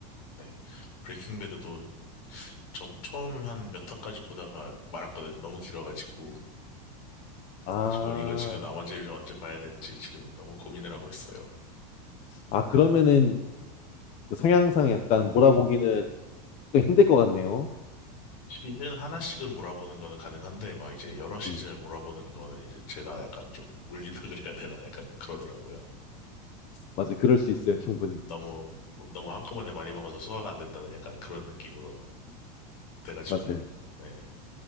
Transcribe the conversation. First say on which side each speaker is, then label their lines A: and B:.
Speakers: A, on the left (about 65°); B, on the left (about 35°).
A: 네. 브레이킹 배드도 저 처음 한 몇 화까지 보다가 말았거든요. 너무 길어가지고.
B: 아,
A: 그래가지고 이거 지금 나머지를 언제 봐야 될지 지금 너무 고민을 하고 있어요.
B: 아, 그러면은 그 성향상 약간 몰아보기는 좀 힘들 것 같네요.
A: 시즌 하나씩은 몰아보는 거는 가능한데 막 이제 여러 시즌을
B: 음,
A: 몰아보는 거는 이제 제가 약간 좀 물린다 <laughs> 그래야 되나 약간 그러더라고요.
B: 맞아요. 그럴 수 있어요. 충분히.
A: 너무 뭐, 너무 한꺼번에 많이 먹어서 소화가 안 된다는 약간 그런 느낌으로 돼가지고
B: 맞아요.
A: 네.